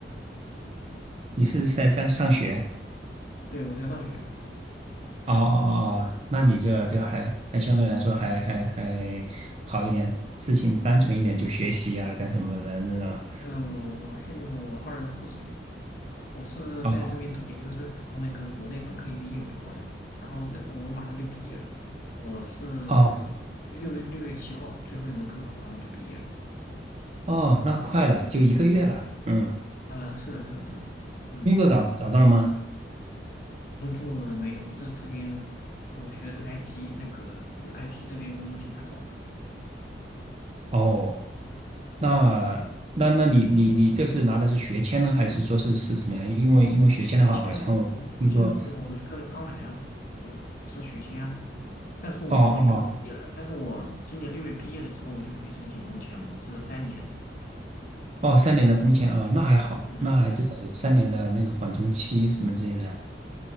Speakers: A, on the right; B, on the left.
A: 你是在上上学？
B: 对，我在上学。
A: 哦哦哦哦，那你这这还还相对来说还还还好一点，事情单纯一点，就学习啊干什么的那种。
B: 嗯、我我现在我二十四岁。我是在这边读研究生，
A: 啊。
B: 然后那个国内本科一毕业我就过来了，然后那个我马上就毕业了，我是
A: 哦
B: 六六月七号最后一门课考完我就毕业了。
A: 哦，那快了，就一个月了。嗯，
B: 啊、是的，是的，是的，嗯，
A: 工作找找到了吗？
B: 工作没有，这这边我学的是 IT，那个呃 IT 这边工作挺难找的，
A: 哦，那那那你你你这是拿的是学签呢，还是说是是什么呀？因为因为学签的话，
B: 学签啊我我现在是我那个刚来啊，
A: 好像我听说，
B: 呃，是学签啊，但是我那个毕业了，
A: 哦哦
B: 但是我今年六月毕业了之后，我就可以申请工签了，是三年。
A: 哦，三年的工签啊，那还好，
B: 嗯，
A: 那还至少有三年的那个缓冲期什么之类的。